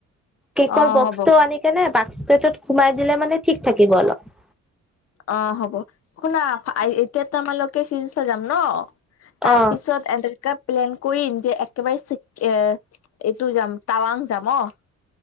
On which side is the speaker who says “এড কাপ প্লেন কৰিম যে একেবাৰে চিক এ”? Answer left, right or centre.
Left